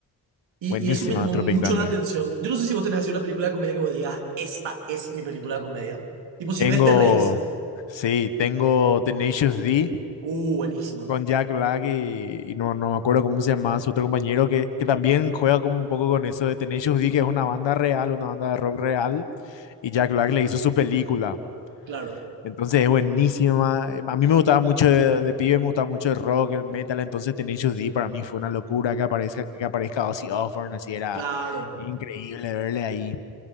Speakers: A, on the right (about 80°); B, on the left (about 75°).
A: Y,
B: buenísima
A: y eso me llamó
B: Tropic
A: mucho
B: Thunder.
A: la atención. Yo no sé si vos tenés así una película de comedia que vos digas, esta es mi película de comedia. Tipo, si
B: Tengo,
A: ves te reís,
B: sí, tengo Tenacious D
A: uh, buenísima,
B: con Jack Black y, y no, no me acuerdo cómo se llama su otro compañero que, que también juega como un poco con eso de Tenacious D, que es una banda real, una banda de rock real, y Jack Black le hizo su película.
A: claro,
B: Entonces es buenísima. A mí me gustaba mucho de, de pibe, me gustaba mucho el rock, el metal, entonces Tenacious D para mí fue una locura que aparezca, que aparezca Ozzy Osbourne, así era
A: claro.
B: increíble verle ahí.